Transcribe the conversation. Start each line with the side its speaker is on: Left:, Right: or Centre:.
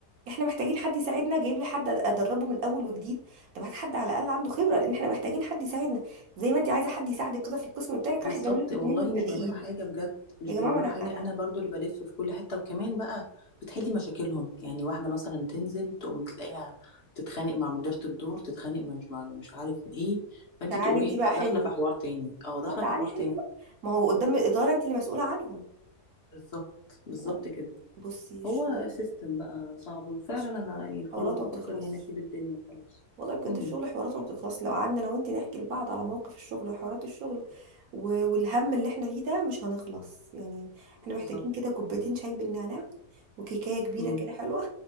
Right: احنا محتاجين حد يساعدنا جايب لي حد أد- ادربه من اول وجديد طب هات حد على الاقل عنده خبرة لان احنا محتاجين حد يساعدنا زي ما انت عايزة حد يساعدك كده في القسم بتاعك
Left: بالظبط
Right: راح جايب لك
Left: والله
Right: اتنين مبتدئين
Left: مش بيعملوا حاجه بجد مش
Right: يا
Left: بيعملوا
Right: جماعة انا
Left: حاجه
Right: انا
Left: انا برضو اللي بلف في كل حته وكمان بقى بتحلي مشاكلهم يعني واحده مثلا تنزل تقوم تلاقيها تتخانق مع مديره الدور تتخانق مع مش مع مش عارف ايه فانت
Right: تعالي
Left: تقومي
Right: انت بقى حلي
Left: داخله في حوار تاني اه داخله
Right: اه تعالي
Left: في حوار تاني
Right: حلي بقى ما هو قدام الإدارة انت اللي مسؤولة عنهم
Left: بالظبط بالظبط
Right: لا بجد
Left: كده
Right: بصي الشغل
Left: هو سيستم بقى صعب وفعلا
Right: الشغل
Left: انا يعني خلاص
Right: حواراته
Left: بفكر
Right: ما بتخلصش
Left: يعني اسيب الدنيا وخلاص
Right: والله بجد
Left: امم
Right: الشغل حواراته ما بتخلصش لو قعدنا انا وانتي نحكي لبعض على مواقف الشغل وحوارات الشغل و- والهم اللي احنا فيه ده مش هنخلص يعني احنا
Left: بالظبط
Right: محتاجين كده كوبايتين شاي بالنعناع وكيكاية كبيرة
Left: امم
Right: كده حلوة